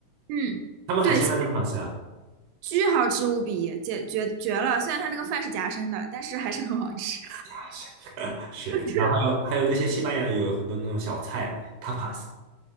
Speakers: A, on the right; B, on the right.
A: 嗯，
B: 他们海鲜饭真的好吃啊。
A: 对，现在巨好吃无比，绝绝绝了。虽然它那个饭是夹生的，但是还是很好吃。
B: <laughs>
A: <laughs>
B: 是，
A: 对的。
B: 然后还有还有那些西班牙有很多那种小菜 tapas，